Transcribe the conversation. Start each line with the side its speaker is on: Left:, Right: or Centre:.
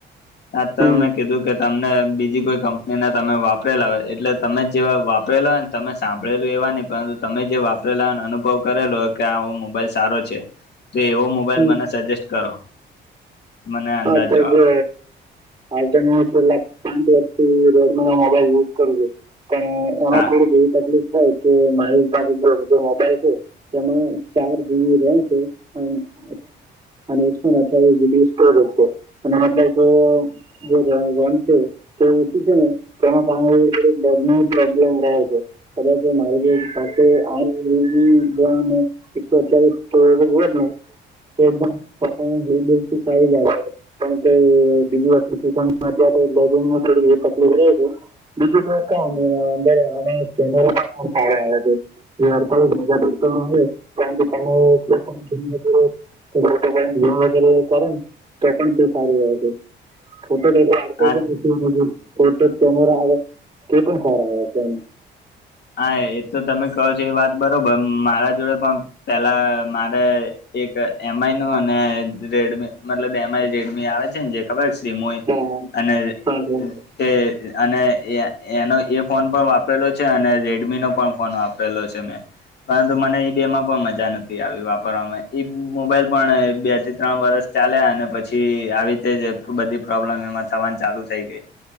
Left: <unintelligible> હા, તો
Right: હમ
Left: મેં કીધું કે તમને બીજી કોઈ કંપનીના તમે વાપરેલા હોય એટલે તમે જેવા વાપરેલા હોય, ને તમે સાંભળેલું એવા નહી પરંતુ તમે જે વાપરેલા અનુભવ કરેલો હોય કે આ મોબાઈલ સારો છે, તો એવો મોબાઈલ
Right: હમ
Left: મને સજેસ્ટ કરો, મને અંદાજો
Right: હા તો
Left: આવે.
Right: જો છેલ્લા પાંચ વર્ષથી રેડમીનો મોબાઈલ યુઝ કરું છું. પણ, એમાં
Left: હા
Right: થોડીક એવી તકલીફ થ‌ઇ કે મારી પાસે સમજો મોબાઈલ છે. તેમાં ચાર જી બી રેમ છે. <inaudible> એકસો ને અઠ્ઠાવીસ જી બી સ્ટોરેજ છે અને મતલબ કે જે રેમ છે તે ઓછી છે ને તેના કારણે ટેબ ની પ્રોબ્લેમ રહે છે કદાચ એ મારી જે <inaudible> આઠ જી બી રેમ અને એકસો અઠ્ઠાવીસ સ્ટોરેજ હોય ને <unintelligible> <inaudible> ફોટો પાડીને <inaudible> તો પણ તે સારું રહે છે. <unintelligible>
Left: આ
Right: <inaudible> કેમેરા આવે તે પણ સારા આવે છે એમ.
Left: હા એ તો તમે કહો છો એ વાત બરોબર મારા જોડે પણ પેલા મારે એક એમઆઈ નું અને રેડમી મતલબ એમ આઈ રેડમી આવે છે ને જે ખબર છ. એમ હોય
Right: હા
Left: અને
Right: હા હા
Left: તે અને એ એનો એ ફોન પણ વાપરેલો છે અને રેડમી નો પણ ફોન વાપરેલો છે મેં પરંતુ મને ઈ બેમાં પણ મજા નથી આવી વાપરવાવામાં મોબાઈલ પણ બે જ ત્રણ વરષ ચાાલ્યા અને પછી આવી તે જ બધી પ્રોબ્લેમ એમાં થવાની ચાલુ થઈ ગઈ.